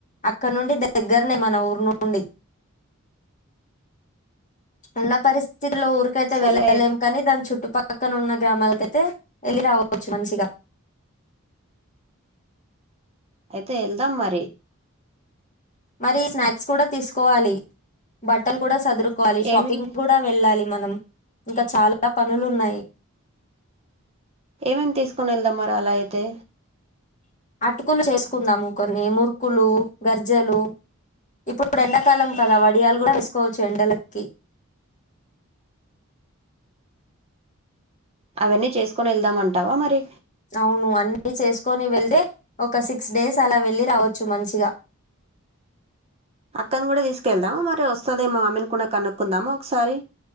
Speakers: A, on the left (about 35°); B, on the right (about 30°).
A: అక్కడ నుండి దగ్గరనే మన ఊరు నుండి ఉన్న పరిస్థిత్ లో ఊరికైతే
B: సరే
A: వెళ్ళలేం
B: అయితే
A: కనీ దాన్ చుట్టుపక్కన ఉన్న గ్రామాల తెతే ఏళ్ళి రావచ్చు మంచిగ
B: అయితే ఏళ్దాం మరి
A: మరి స్నాక్స్ కూడ తీసుకోవాలి, బట్టలు కూడ సదురు కోవాలి షాపింగ్
B: ఏమేమి
A: గుడ వెళ్ళాలి మనం. ఇంక చాల పనులున్నయి.
B: ఏమేం తీసుకొని ఎళ్దామ్ మరి అలా అయితే?
A: అటుకులు చేసుకుందము కొన్ని మురుకులు, గర్జెలు ఇప్పుడు ఎండకాలం కదా వడియాలు గుడా వేసుకోవచ్చు ఎండలకి.
B: అవన్నీ చేసుకొని ఎళ్దామంటవ మరి?
A: అవును అన్నీ చేసుకొని వెళ్తే, ఒక సిక్స్ డేస్ అలా వెళ్ళి రావచ్చు మంచిగ.
B: అక్కను గుడ తీసుకెళ్దాము మరి వస్తదేమో ఆమెని కూడ కనుక్కుందమ ఒకసారి?